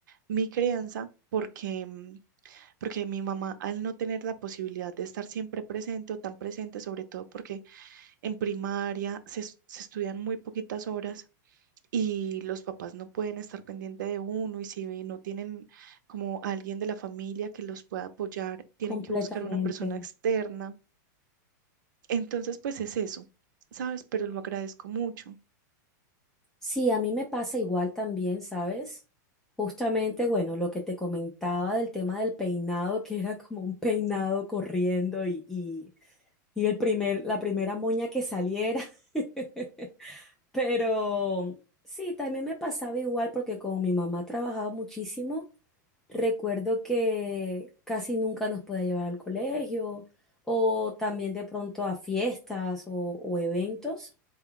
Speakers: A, on the right; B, in the centre.
A: mi crianza porque mm, porque mi mamá, al no tener la posibilidad de estar siempre presente o tan presente, sobre todo porque en primaria se, es- se estudian muy poquitas horas y los papás no pueden estar pendiente de uno y si no tienen como alguien de la familia que los pueda apoyar, tienen
B: Completamente.
A: que buscar una persona externa. Entonces, pues es eso, ¿sabes? Pero lo agradezco mucho.
B: Sí, a mí me pasa igual también, ¿sabes? Justamente, bueno, lo que te comentaba del tema del peinado, <laughs> que era como un peinado corriendo y, y, y el primer, la primera moña que saliera. <laughs> Pero sí, también me pasaba igual porque como mi mamá trabajaba muchísimo, recuerdo que casi nunca nos podía llevar al colegio o también de pronto a fiestas o, o eventos.